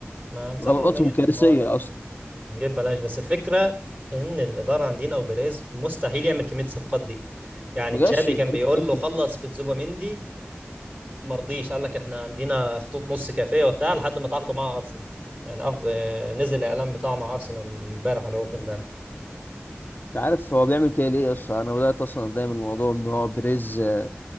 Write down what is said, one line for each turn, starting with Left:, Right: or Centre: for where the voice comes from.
Right: ما من ساعة
Left: غلطاتهم
Right: لما جه
Left: كارثيه
Right: هو
Left: اصلا
Right: نجيب بلاش بس الفكرة ان الإدارة عندنا وبيريز مستحيل يعمل كمية الصفقات دي يعني
Left: ما
Right: تشابي
Left: جاش بريز.
Right: كان بيقول له خلص في تزوبيميندي مرضيش قال لك احنا عندنا خطوط نص كافية وبتاع لحد ما تعاقدوا مع أرسنال يعني عقد نزل الإعلان بتاعه مع أرسنال من امبارح ولا قلت امبارح
Left: مش عارف هو بيعمل كده ليه اصلا انا بدات اصلا اتضايق من الموضوع ان هو بريز آه،